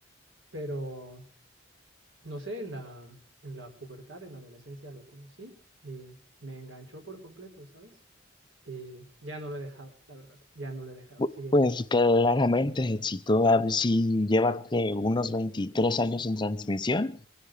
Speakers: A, on the right; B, on the left.
A: Pero, no sé, en la, en la pubertad, en la adolescencia lo conocí y me enganchó por completo, ¿sabes? Y ya no lo he dejado, la verdad, ya no lo he dejado,
B: Pu-
A: sigue
B: Pues
A: conmigo.
B: claramente, si, tú si lleva que unos 23 años en transmisión,